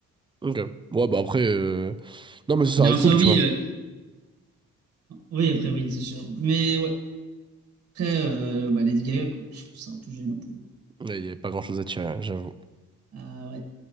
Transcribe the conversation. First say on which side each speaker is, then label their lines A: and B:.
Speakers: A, on the right; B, on the right.
A: ok. Ouais, bah, après, euh, non, mais ça, ça
B: Mais
A: reste
B: en soi,
A: cool,
B: oui,
A: tu vois.
B: euh, oui, après, oui, c'est sûr. Mais ouais, après, euh, bah, Lady Gaga, quoi, je trouve ça un peu gênant pour le coup.
A: Il n'y a pas grand-chose à tirer, hein, j'avoue.
B: Ah ouais.